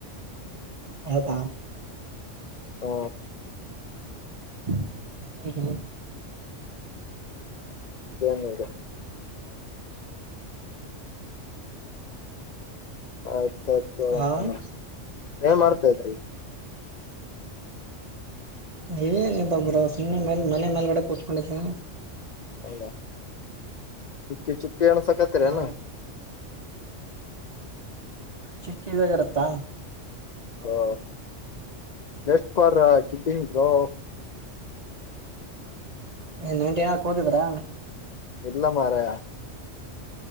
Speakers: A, on the right (about 35°); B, on the left (about 75°).
A: ಹೌದ?
B: ಹ್ಮ
A: ಹ್ಮ್ ಹ್ಮ
B: ಏನೀಗ? ಆಯ್ತ್.
A: ಹಾ
B: <unintelligible> ಏನ್ ಮಾಡ್ತ್ <unintelligible>
A: ಏನಿಲ್ಲ ಬ್ರೊ ಸುಮ್ನೆ ಮೇಲ್ ಮನೆ ಮೇಲ್ಗಡೆ ಕೂತ್ಕೊಂಡಿದ್ದನ
B: ಹೌದ? ಚುಕ್ಕಿ ಚುಕ್ಕಿ ಏಣ್ಸಕತ್ತೀರೇನು?
A: ಆ ಚುಕ್ಕಿ ಇವಾಗ್ ಇರುತ್ತಾ?
B: ಓ ಜಷ್ಟ್ ಪರ್ ಕಿಡ್ಡಿಂಗ್ ಬ್ರೋ.
A: ಏ ನೆಂಟೇನಕ್ ಹೋಗಿದ್ರಾ?
B: ಇಲ್ಲ ಮಾರಾಯ.